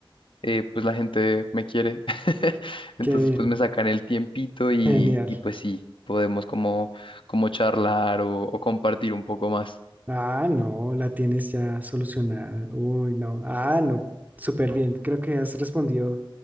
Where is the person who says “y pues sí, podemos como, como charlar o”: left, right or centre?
Left